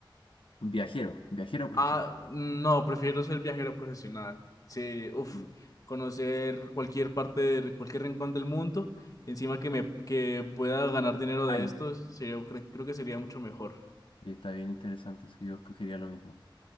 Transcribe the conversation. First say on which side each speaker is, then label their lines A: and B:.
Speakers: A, on the left; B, on the left.
A: Viajero, viajero profesional.
B: Ah, no, prefiero ser viajero profesional. Sí, uff,
A: Mm.
B: conocer cualquier parte, de- cualquier rincón del mundo, encima que me que pueda ganar dinero
A: Ay,
B: de esto, sí, yo cre- creo que sería mucho mejor.
A: sí, está bien interesante eso. Yo escogería lo mismo.